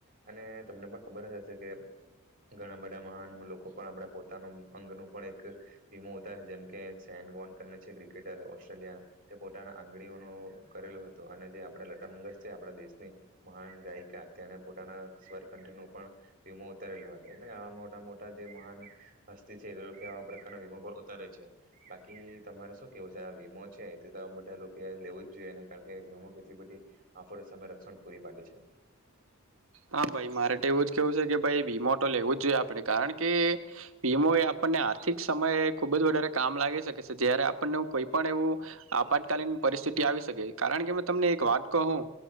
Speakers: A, on the right; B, on the right.
A: અને તમને પણ ખબર જ હશે કે ઘણા બધા મહાન લોકો પણ આપણા પોતાનું અંગનું પણ એક <unintelligible> જેમ કે શેનવોન કરને છે ક્રિકેટર ઓસ્ટ્રેલિયા, તે પોતાના આંગળીઓનો કરેલું હતું. અને જે આપણે લટા મંગેશ છે, આપણા દેશની મહાન ગાયિકા તેણે પોતાના સ્વર ક ઠ નો પણ વીમો ઉતારેલો હતો એટલે આ મોટા મોટા જે મહાન હસ્તી છે તે લોકને આવા બધા વીમો પણ ઉતારે છે બાકી તમારે શું કેવું છે આ વીમો છે તે તો બધા લોકોએ લેવું જ જોઈએ. કારણ કે વીમો કેટલી બધી આફતો સામે રક્ષણ પૂરી પાડે છે.
B: હા ભાઈ મારે તો એવું જ કેવું છે કે ભાઈ વીમો તો લેવું જ જોઈએ આપડે કારણ કે વીમો એ આપણને આ આર્થિક સમયે ખુબ જ વધારે કામ લાગી શકે સે, જયારે આપણને કોઈ પણ એવું આપાતકાલીન પરિસ્થિતિ આવી શકે કારણ કે તમને એક વાત કહું